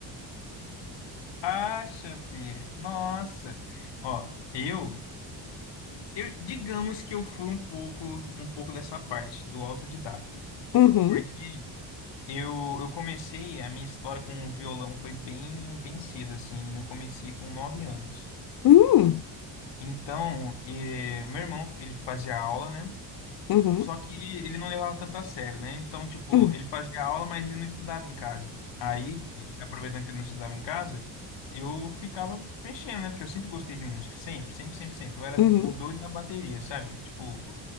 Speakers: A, on the left; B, on the left.
A: Acha, filha. Nossa. Ó, eu, eu digamos que eu fui um pouco, um pouco dessa parte do autodidata,
B: Uhum,
A: porque eu, eu comecei a minha história com o violão foi bem, bem cedo assim. Eu comecei com nove anos.
B: uhum,
A: Então, eh, meu irmão, ele fazia aula, né?
B: uhum,
A: Só que ele não levava tanto a sério, né? Então, tipo,
B: uhum,
A: ele fazia aula, mas ele não estudava em casa. Aí, e aproveitando que ele não estudava em casa, eu ficava mexendo, né? Porque eu sempre gostei de música, sempre, sempre, sempre, sempre. Eu era
B: uhum,
A: o doido da bateria, sabe? Tipo,